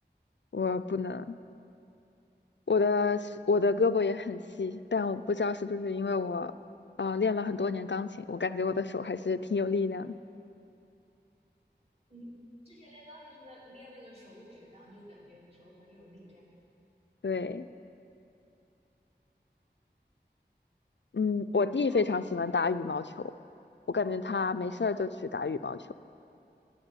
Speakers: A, on the left (about 75°); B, on the right (about 30°).
A: 我不能，我的我的胳膊也很细，但我不知道是不是因为我呃练了很多年钢琴，我感觉我的手还是挺有力量的，
B: 你之前练钢琴是不是练那个手指，然后就感觉手很有力量？
A: 对，嗯，我弟非常喜欢打羽毛球，
B: 哦
A: 我感觉他没事儿就去打羽毛球。
B: 哦